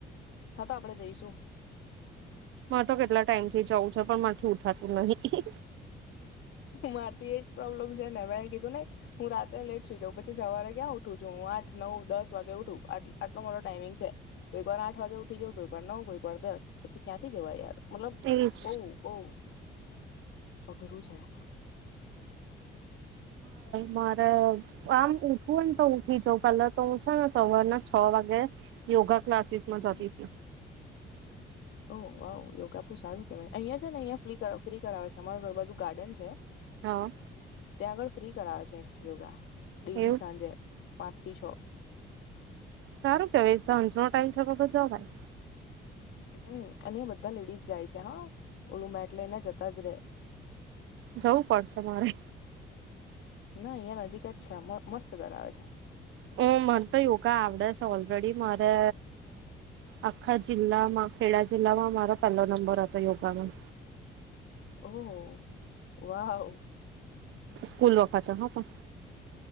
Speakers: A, on the left; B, on the right.
A: હા તો આપણેે જઈશું
B: મા તો કેટલા ટાઈમથી જઉં છે પણ મામાંથી ઉઠાતું નહીિ
A: મારે એ પ્રોબ્લેમ છે ને મેં કીધું ન હું રાત્રે લેટ સુઈ જાઉં પછી સવારે ક્યાં ઉઠું છું હું આઠ નવ દસ વાગે ઉઠું આટલો મારો ટાઈમિંગ છે કોઈક વાર આઠ વાગે ઉઠી જાઉં કોઈક વાર નવ કોઈક વાર દસ પછી ક્યાંથી <unintelligible> જવા યાર મતલબ
B: એજ
A: બહુ બહ અઘરું છે હ
B: મારે આમ ઉઠવું ને તો ઉઠી જવ પેલા તો છેો ને સવારના છ વાગે યોગા ક્લાસીસ માં
A: હમ
B: જતી હતી
A: ઓ વાવ યોગા બહુ સારું કેવાય અહિયાં છે ને અહિયાં ફ્રી કરાવે છે અમા ઘર બાજુ ગાર્ડન છે
B: હા
A: ત્યા આગળ ફ્રી કરાવે છે યોગા ડેલી
B: એવું
A: સાંજે પાચસો
B: સારું કેવાય સાંજ નો ટાઈમ છે બ જ ભાઈ
A: હમ અને એ બધા લેડીઝ જાય છે હા ઓલું મેટ લઈને જતા જ રહે
B: જવું પડશે મારે
A: ના અહિયાયા નજીક જ છે મસ્ત કર આવે છે
B: હમ મને તો યોગા આવડે છે ઓલરેડી મારે આખા જિલ્લામાં ખેડા જિલ્લામાં મારો પહેલો નંબર હતો યોગામાં
A: ઓહ વાહ
B: સ્કૂલ વ પાાચા પણ